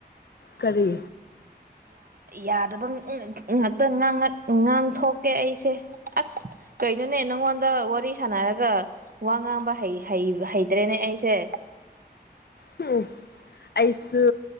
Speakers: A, on the left; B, on the right.
A: ꯀꯔꯤ
B: ꯌꯥꯗꯕ ꯉꯥꯛꯇ ꯉꯥꯡꯊꯣꯛꯀꯦ ꯑꯩꯁꯦ ꯑꯁ ꯀꯩꯅꯣꯅꯦ ꯅꯪꯉꯣꯟꯗ ꯋꯥꯔꯤ ꯁꯥꯟꯅꯔꯒ ꯋꯥ ꯉꯥꯡꯕ ꯍꯩꯇ꯭ꯔꯦꯅꯦ ꯑꯩꯁꯦ <inaudible>
A: ꯎꯝ ꯑꯩꯁꯨ